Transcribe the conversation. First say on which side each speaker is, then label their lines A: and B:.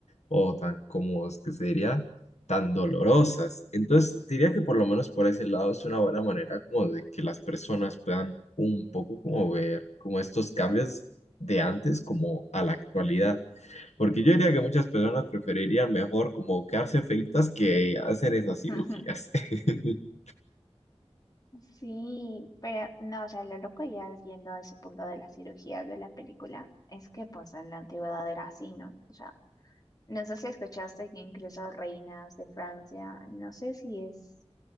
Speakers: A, on the left; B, on the left.
A: o tan, como es que se diría, tan dolorosas. Entonces diría que por lo menos por ese lado es una buena manera como de que las personas puedan un poco como ver como estos cambios de antes como a la actualidad. Porque yo diría que muchas personas preferirían mejor como quedarse feitas que hacer esas
B: <laughs>
A: cirugías. <laughs>
B: Sí, pero no, o sea, lo loco ya yendo a ese punto de las cirugías de la película es que pues en la antigüedad era así, ¿no? O sea, no sé si escuchaste que incluso reinas de Francia, no sé si es